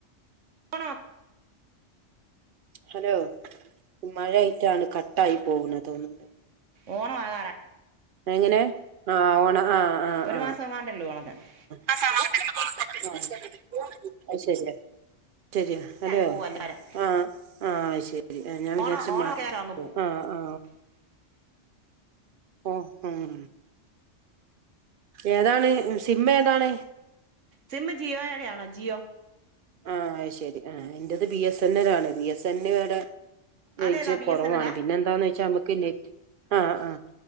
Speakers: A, on the right; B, on the right.
A: ആണോ
B: ഹലോ മഴായിട്ടാണ് കട്ടായി പോകണ തോന്നു
A: ഓണ ആകറായി
B: എങ്ങനെ ആ ഓണ ആ
A: ഒരു
B: ആഹ്
A: മാസം എങ്ങാണ്ടല്ലോ ഓണത്തിന്
B: അ സാഹചര്യം ആ അത് ശരിയാ ശരിയാ ഹലോ
A: ആയി പോവും എല്ലാവരും
B: ആ ആ ശരി ആ ഞാൻ വിചാരിച്ച
A: ഓണം ഓണമൊക്കെ
B: മ
A: ആയിട്ട് അങ്ങ് പോവും
B: ആ ആ
A: <unintelligible>
B: ഓ ഹും ഏതാണ് സിമ്മ് ഏതാണ്
A: സിമ്മ് ജിയോയടെ ആണോ ജിയോ
B: ആ ശെരി ആ എന്റെത് ബി എസ് എൻ എൽ ആണ് ബി എസ് എൻ ഇവിടെ റേഞ്ച്‌
A: അതേതാ ബി
B: കുറവാണ്
A: എസ് എൻ എല്ലാ
B: പിന്നെ എന്താന്ന് വെച്ചാൽ നമ്മുക്ക് ആഹ് ആ